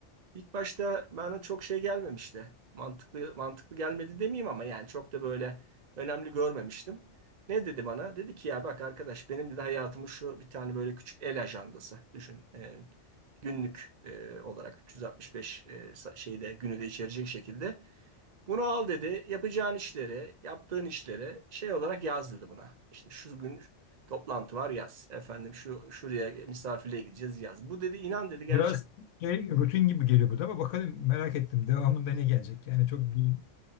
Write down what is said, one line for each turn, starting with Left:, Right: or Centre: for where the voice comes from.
Right: İlk başta bana çok şey gelmemişti. Mantıklı mantıklı gelmedi demeyeyim ama yani çok da böyle önemli görmemiştim. Ne dedi bana? Dedi ki ya bak arkadaş benim dedi hayatımın şu bir tane böyle küçük el ajandası düşün. E, günlük e, olarak 365 e, sa- şeyde günü de içerecek şekilde bunu al dedi. Yapacağın işleri, yaptığın işleri şey olarak yaz dedi buna. İşte şu gün toplantı var yaz. Efendim şu şuraya misafirliğe gideceğiz yaz. Bu dedi inan dedi gerçek.
Left: Biraz şey, rutin gibi geliyor bu da ama bakalım merak ettim. Devamında ne gelecek? Yani çok bir-